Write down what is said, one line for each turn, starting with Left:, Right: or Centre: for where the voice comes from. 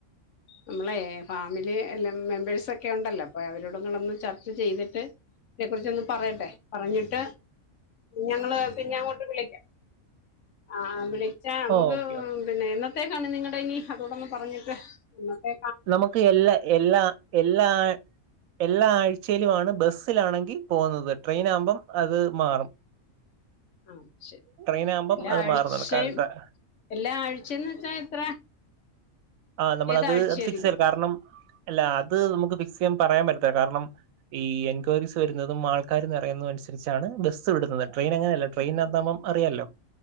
Left: നമ്മളെ ഫാമിലി എല്ലാം മെമ്പേഴ്സൊക്കെ ഉണ്ടല്ലോ അപ്പൊ അവരോട് നിങ്ങൾഒന്ന് ചർച്ച ചെയ്തിട്ട് ഇതിനെ കുറിച്ചൊന്ന് പറയട്ടെ. പറഞ്ഞിട്ട് ഞങ്ങള് പിന്നെ അങ്ങോട്ട് വിളിക്കാം ആ വിളിച്ചാ നമുക്ക്
Right: ഓ ഓക്കെ ഓക്കെ
Left: പിന്നെ എന്നത്തേക്കാണ് നിങ്ങടെ ഇനി അതോടൊന്ന് പറഞ്ഞിട്ട് എന്നത്തേ
Right: നമുക്ക് എല്ലാ എല്ലാ എല്ലാ അ എല്ലാ ആഴ്ചയിലു ആണ് ബസ്സിലാണെങ്കി പോകുന്നത്. ട്രെയിനാകുമ്പം അത് മാറും <inaudible>
Left: ആഹ ശരി.
Right: ട്രെയിൻ
Left: അ
Right: ആകുമ്പം
Left: എല്ലാ
Right: അത്
Left: ആഴ്ച്ചയും,
Right: മാറുന്നുണ്ട് കാരണം
Left: എല്ലാ ആഴ്ച്ചെന്ന് വെച്ചാ എത്ര
Right: അ നമ്മളത്
Left: ഏതാഴ്ചയായിരിക്കും
Right: അത് ഫിക്സ് ചെയ്യും. കാരണം ഉം അല്ല അത് നമുക്ക് ഫിക്സ് ചെയ്യാൻ പറയാൻ പറ്റത്തില്ല. കാരണം ഈ എൻക്വയറീസ് വരുന്നതും ആൾക്കാരു നിറയുന്നതു അനുസരിച്ചാണ് ബസ്സ് വിടുന്നത്. ട്രെയിൻ അങ്ങനെയല്ല ട്രെയിനാത്താമ്പം അറിയാലോ,